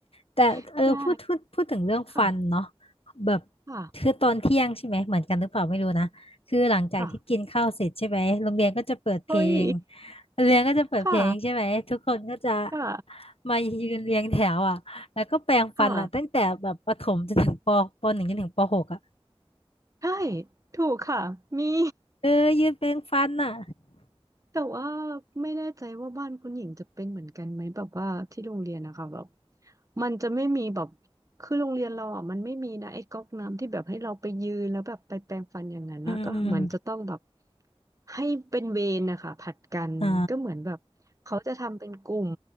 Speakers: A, on the left (about 65°); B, on the right (about 30°).
A: แต่เออพูดพูดพูดถึงเรื่องฟันเนาะ
B: <laughs> ใช่ค่ะ
A: แบบ
B: ค่ะ
A: คือตอนเที่ยงใช่ไหมเหมือนกันหรือเปล่าไม่รู้นะคือหลังจากที่กินข้าวเสร็จใช่ไหมโรงเรียนก็จะเปิดเพลง
B: ค่ะเฮ้ย
A: โรงเรียนก็จะเปิดเพลงใช่ไหมทุกคนก็จะ
B: ค่ะค่ะ
A: มายืนเรียงแถวอ่ะแล้วก็แปรงฟันล่ะตั้งแต่แบบประถมจนถึงปปหนึ่งจนถึงปหกอ่ะ
B: ค่ะใช่ถูกค่ะมี
A: เออยืนแปรงฟันอ่ะ
B: แต่ว่าไม่แน่ใจว่าบ้านคุณหญิงจะเป็นเหมือนกันไหมแบบว่าที่โรงเรียนนะคะแบบมันจะไม่มีแบบคือโรงเรียนเราอ่ะมันไม่มีนะไอ้ก๊อกน้ำที่แบบให้เราไปยืนแล้วแบบไปแปรงฟันอย่างนั้นนะก็เหมือนจะต้องแบบ
A: อืมอืมอ
B: ให้เป็นเวรนะคะผลัดกันก็เหมือนแบบเขาจะทำเป็นกลุ่ม
A: มอ่า